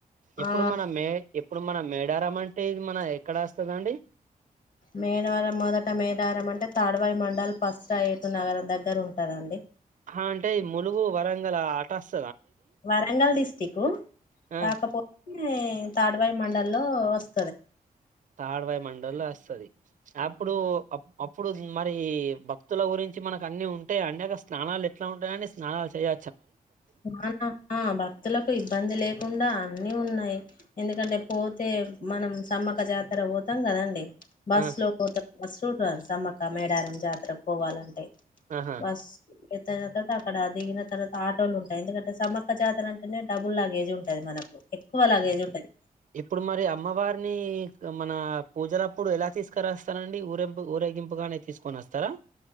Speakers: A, on the right; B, on the left.
A: ఇప్పుడు
B: ఆ
A: మనం మే ఇప్పుడు మన మేడారంమ అం టే ఇది మన ఎక్కడ వస్తదండి
B: మేడవరం మొదట మేడరం అంటే తాడ్వాయి మండల్ పస్రా ఏటునగరం దగ్గర ఉంటందండి.
A: అహా అంటే ఈ ములుగు వరంగలా ఆటస్
B: వరంగల్ డిస్ట్రికు
A: ఆ
B: కాకపోతే తాడ్వాయి మండల్లో వస్
A: తాడ్వాయి మండల్లో వస్తది అప్పుడు అప్పుడు మరీ భక్తుల గురించి మనకు అన్ని ఉంటాయ అండి అగ స్నానాలు ఎట్లా ఉంటాయ్ స్నానాలు చేయలి.
B: అ న ఆ భక్తులకు ఇబ్బంది లేకుండా అన్నీ ఉన్నాయి ఎందుకంటే పోతే మనం సమ్మక జాతర పోతాం కదండి. బస్
A: ఆ
B: లో పోత బస్ చూడ్ర సమ్మక మేడారం జాతరక్ పోవాలంటే
A: ఆహా
B: బస్ ఇంత ఇంత తక్కడదిగిన తర్వాత ఆట్ టలు ఉంటయ్ ఎందుకంటే సమక్క జాతన అంటేనే డబుల్ లాగేజ్ ఉంటది మనకు ఎక్కువ లగేజ్ ఉంటది
A: ఇప్పుడు మరి అమ్మవారిని. మన పూజలప్పుడు ఎలా తీసుకురాస్తనండి ఊరేంపు ఊరేగింపుగా అనేది తీసుకొని వస్తారా